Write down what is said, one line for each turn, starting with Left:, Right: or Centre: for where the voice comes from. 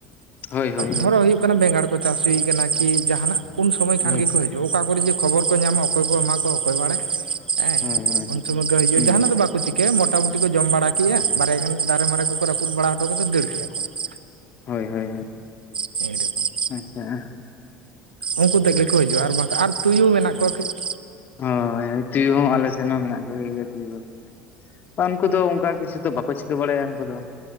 Left: ᱦᱳᱭ ᱦᱳᱭ ᱦᱳᱭ
Right: ᱫᱷᱚᱨᱚ ᱦᱩᱭᱩᱜ ᱠᱟᱱᱟ, ᱵᱮᱸᱜᱟᱲ ᱠᱚ ᱪᱟᱥ ᱦᱩᱭ ᱟᱠᱟᱱᱟ ᱠᱤ ᱡᱟᱦᱱᱟᱜ ᱩᱱ ᱥᱚᱢᱚᱭ
Left: ᱦᱳᱭ
Right: ᱠᱷᱟᱱ ᱜᱮᱠᱚ ᱦᱤᱡᱩᱜ ᱟ᱾ ᱚᱠᱟ ᱠᱚᱨᱮ ᱡᱮ ᱠᱷᱚᱵᱚᱨ ᱠᱚ ᱧᱟᱢᱟ ᱚᱠᱚᱭ ᱠᱚ ᱮᱢᱟ ᱠᱚᱣᱟ ᱚᱠᱚᱭ ᱵᱟᱲᱟᱭ ᱦᱮᱸ,
Left: ᱦᱳᱭ ᱦᱳᱭ
Right: ᱩᱱ ᱥᱚᱢᱚᱭ ᱠᱚ ᱦᱤᱡᱩᱜ-ᱟ
Left: ᱦᱳᱭ
Right: ᱾ᱡᱟᱦᱟᱱᱟᱜ ᱫᱚ ᱵᱟᱠᱚ ᱪᱤᱠᱟᱹᱭᱟ ᱢᱚᱴᱟ ᱢᱩᱴᱤ ᱠᱚ ᱡᱚᱢ ᱵᱟᱲᱟ ᱠᱮᱫᱼᱟ, ᱵᱟᱨᱭᱟ ᱜᱟᱱ ᱫᱟᱨᱮ ᱢᱟᱨᱮ ᱠᱚ ᱠᱚ ᱨᱟᱹᱯᱩᱫ ᱵᱟᱲᱟ ᱦᱚᱴᱚ ᱠᱟᱛᱮᱫ ᱫᱟᱹᱲ ᱠᱮᱫᱮᱜᱼᱟ ᱠᱚ ᱾
Left: ᱦᱳᱭ ᱦᱳᱭ ᱦᱳᱭ ᱾
Right: <unintelligible>
Left: ᱟᱪᱪᱷᱟ ᱾
Right: ᱩᱱᱠᱩ ᱛᱮᱫ ᱜᱮᱠᱚ ᱦᱤᱡᱩᱜᱼᱟ ᱟᱨ ᱵᱟᱝᱠᱷᱟᱱ ᱟᱨ ᱛᱩᱭᱩ ᱢᱮᱱᱟᱜ ᱠᱚᱣᱟ ᱠᱟᱹᱡ ᱾
Left: ᱦᱳᱭ ᱛᱩᱭᱩ ᱦᱚᱸ ᱟᱞᱮ ᱥᱮᱱ ᱦᱚᱸ ᱢᱮᱱᱟᱜ ᱠᱚ ᱜᱮᱭᱟ ᱛᱩᱭᱩ ᱫᱚ ᱾ ᱵᱟᱝ ᱩᱱᱠᱩ ᱫᱚ ᱚᱱᱠᱟ ᱠᱤᱪᱷᱩ ᱫᱚ ᱵᱟᱠᱚ ᱪᱤᱠᱟᱹ ᱵᱟᱲᱟᱭᱟ ᱩᱱᱠᱩ ᱫᱚ ᱾